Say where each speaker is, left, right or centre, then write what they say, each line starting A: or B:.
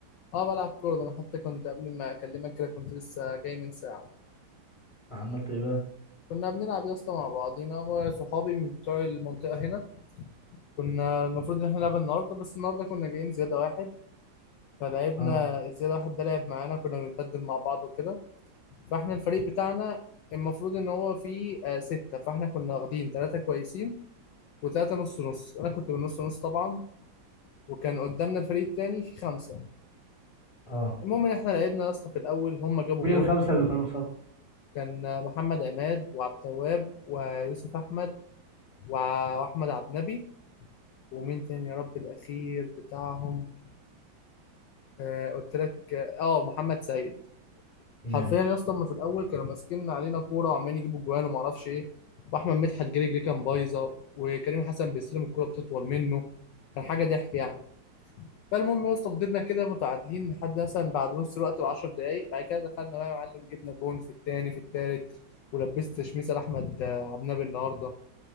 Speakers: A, on the left (about 75°); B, on the left (about 15°).
A: اه بلعب كوره ده انا حتى كنت قبل ما اكلمك كده كنت لسه جاي من ساعه
B: عملت ايه بقى؟
A: كنا بنلعب يا اسطى مع بعضينا وصحابي من بتوع المنطقه هنا كنا المفروض ان احنا نلعب النهارده بس النهارده كنا جايين زياده واحد فلعبنا
B: اه
A: الزياده واحد ده لعب معانا كنا بنبدل مع بعض وكده فاحنا الفريق بتاعنا المفروض ان هو فيه آه، ستة فاحنا كنا واخدين ثلاثة كويسين وثلاثة نص نص انا كنت من نص نص طبعا وكان قدامنا الفريق التاني فيه خمسة
B: اه
A: المهم ان احنا لعبنا يا اسطى في الاول هم جابوا
B: مين
A: جون
B: الخمسه اللي كانوا قصادكم؟
A: كان محمد عماد وعبد التواب ويوسف احمد وع- واحمد عبد النبي ومين تاني يا رب الاخير بتاعهم آه قلت لك اه محمد سيد
B: ماشي
A: حرفيا يا اسطى هم في الاول كانوا ماسكين علينا كوره وعمالين يجيبوا جوان وما اعرفش ايه واحمد مدحت جري جري كان بايظه وكريم حسن بيستلم الكوره بتطول منه كان حاجه ضحك يعني فالمهم يا اسطى فضلنا كده متعادلين لحد مثلا بعد نص الوقت ب 10 دقايق بعد كده دخلنا بقى يا معلم جبنا جون في التاني في التالت ولبست تشميسه لاحمد آه، عبد النابي النهارده